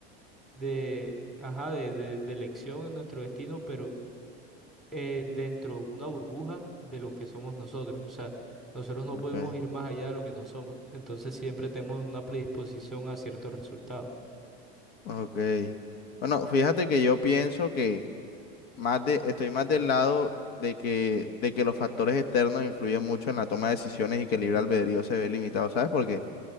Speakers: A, in the centre; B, on the left.
A: de, ajá, de, de, de elección en nuestro destino, pero eh, dentro de una burbuja de lo que somos nosotros. O sea, nosotros no
B: ok,
A: podemos ir más allá de lo que no somos. Entonces siempre tenemos una predisposición a ciertos resultados.
B: ok. Bueno, fíjate que yo pienso que más de, estoy más del lado de que, de que los factores externos influyen mucho en la toma de decisiones y que el libre albedrío se ve limitado, ¿sabes por qué?